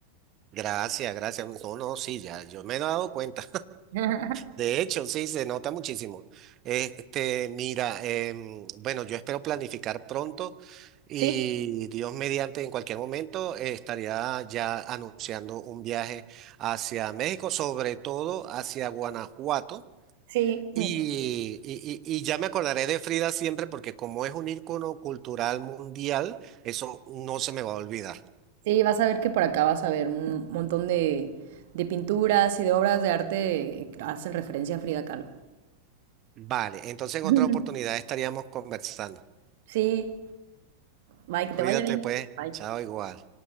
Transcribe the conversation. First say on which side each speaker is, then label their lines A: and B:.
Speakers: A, on the right (about 35°); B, on the right (about 50°).
A: Gracias, gracias. No, no, sí, ya yo me he dado cuenta.
B: <laughs>
A: De hecho, sí, se nota muchísimo. Este, mira, em, bueno, yo espero planificar pronto y
B: Sí,
A: Dios mediante, en cualquier momento, eh, estaría ya anunciando un viaje hacia México, sobre todo hacia Guanajuato.
B: sí.
A: Y, y- y- y ya me acordaré de Frida siempre porque como es un ícono cultural mundial, eso no se me va a olvidar.
B: Sí, vas a ver que por acá vas a ver un montón de, de pinturas y de obras de arte que hacen referencia a Frida Kahlo.
A: Vale, entonces en
B: <laughs>
A: otra oportunidad estaríamos conversando.
B: Sí, bye, que
A: Cuídate
B: te vaya bien.
A: pues,
B: Bye.
A: chao igual.